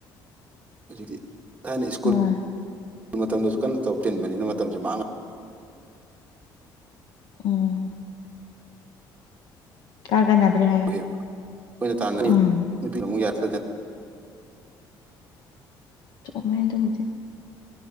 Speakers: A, on the right; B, on the left.
A: ꯑꯗꯨꯗꯤ ꯊꯥꯏꯅ ꯁ꯭ꯀꯨꯜ
B: ꯍꯣꯏ
A: ꯃꯇꯝꯗꯁꯨ ꯀꯟꯅ ꯇꯧ ꯇꯤꯟꯕꯅꯤꯅ ꯃꯇꯝꯁꯨ ꯃꯥꯡꯉ
B: ꯎꯝ ꯀꯥ ꯀ ꯅꯗ꯭ꯔꯦ ꯍꯥꯏꯌꯣ
A: ꯃꯥꯡꯉꯑꯦꯕ ꯑꯩꯈꯣꯏꯅ ꯇꯥꯟ
B: ꯎꯝ
A: ꯅꯨꯄꯤ ꯑꯃꯨꯛ ꯌꯥ꯭ꯔ
B: ꯆꯃꯥꯏꯗ ꯍꯧꯗꯤ